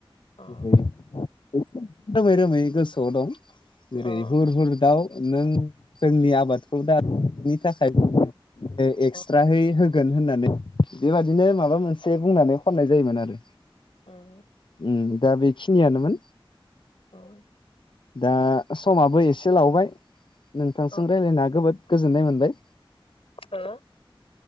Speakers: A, on the left; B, on the left.
A: अ
B: बे रोमै रोमै गोसोआव दं जेरै
A: अ
B: हुर हुर दाउ नों जोंनि आबादखौ दानि थाखाय । ओ एक्सट्राहै
A: अ
B: होगोन होननानै बेबादिनो माबा मोनसे बुंनानै खननाय जायोमोन आरो
A: ओं
B: उम दा बेखिनियानोमोन
A: ओं
B: दा समाबो एसे लावबाय नोंथांजों
A: अ
B: रायजलायना जोबोद गोजोननाय मोनबाय।
A: हो